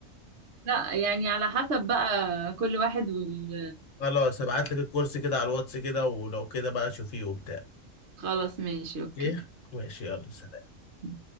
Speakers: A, on the right; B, on the left.
A: لا يعني على حسب بقى كل واحد وال...
B: خلاص هبعت لك الكورس كده على الواتس كده ولو كده بقى شوفيه وبتاع
A: خلاص ماشي اوكي
B: ايه ماشي يلا سلام
A: مم.